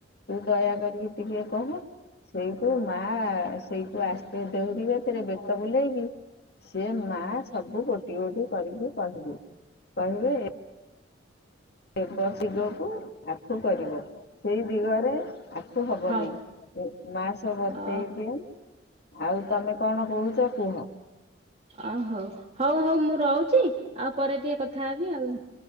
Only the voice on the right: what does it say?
ହଉ।
ଅ
ଓହଉ ହଉ ହଉ ମୁଁ ରହୁଛି ଆଉ ପରେ ଟିକେ କଥା ହେବି ଆଉ।